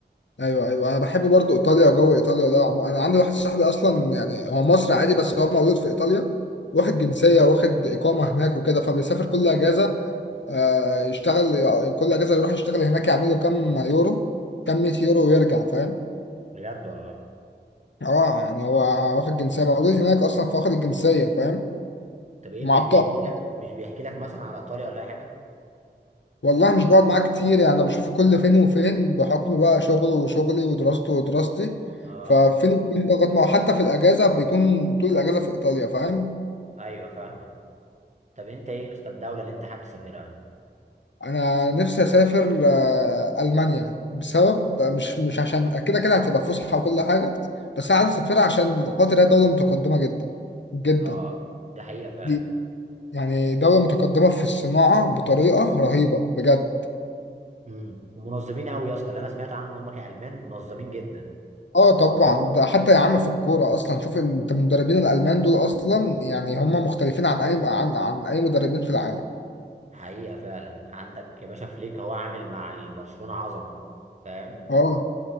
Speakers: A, on the left; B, on the right.
A: ايوه ايوه انا بحب برضو ايطاليا جو ايطاليا ده عمو... انا عندي واحد صاحبي اصلا يعني هو مصري عادي بس هو مولود في ايطاليا واخد جنسيه واخد اقامه هناك وكده فبيسافر كل اجازه آه يشتغل كل اجازه يروح يشتغل هناك يعمل له كام يورو كام 100 يورو ويرجع فاهم
B: بجد والله
A: اه يعني هو واخد جنسيه مولود هناك اصلا فواخد الجنسيه فاهم
B: طب ايه
A: ومعاه
B: مش بيحكي
A: بطاقه
B: لك مش بيحكي لك مثلا على ايطاليا ولا اي حاجة
A: والله مش بقعد معاه كتير يعني انا بشوفه كل فين وفين بحكم بقى شغله وشغلي ودراسته ودراستي
B: اه
A: ففين وفين بضغط معه حتى في الاجازه بيكون طول الاجازه في ايطاليا فاهم
B: ايوه فاهمة طب انت ايه يا اسطى الدولة اللي انت حابب تسافرها
A: فانا نفسي اسافر آه، المانيا بسبب مش مش عشان كده كده هتبقى فسحه وكل حاجه بس انا عايز اسافرها عشان خاطر هي دوله متقدمه جدا جدا
B: اه ده حقيقة فعلا
A: دي يعني دوله متقدمه في الصناعه بطريقه رهيبه بجد
B: امم ومنظمين قوي يا اسطى اللي انا سمعت عنهم ان هم كالمان منظمين جدا
A: اه طبعا ده حتى يا عم في الكوره اصلا شوف انت المدربين الالمان دول اصلا يعني هم مختلفين عن اي عن عن اي مدربين في العالم
B: حقيقة فعلا عندك يا باشا فليك هو عامل مع البرشلونة عظمة فاهم
A: اه